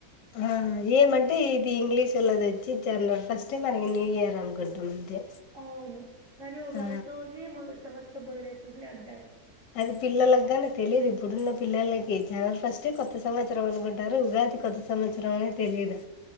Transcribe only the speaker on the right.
అవును కానీ ఉగాదితోనే
మొదటి సంవత్స సో బుదులైతుంది అంటారు